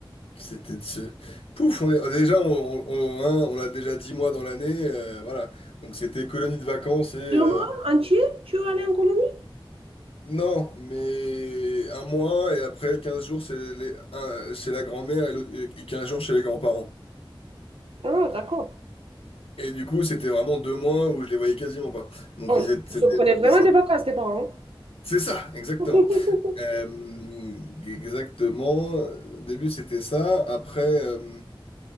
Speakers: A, on the left (about 90°); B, on the right (about 80°).
A: c'était de se... Pouf, on est, déjà, on, on, on hein, on l'a déjà 10 mois dans l'année, euh, voilà. Donc c'était colonie de vacances et... euh,
B: Deux mois entiers, tu es allé en colonie?
A: Non, mais un mois et après 15 jours c'est les, un- chez la grand-mère et, l'autre- et 15 jours chez les grands-parents.
B: Ah, d'accord.
A: Et du coup, c'était vraiment deux mois où je les voyais quasiment pas. Donc,
B: On
A: ils étaient, c'était-
B: se prenait vraiment
A: c'est
B: des vacances, tes parents.
A: c'est ça, exactement.
B: <laughs>
A: Euh, exactement. Au début, c'était ça. Après, euh,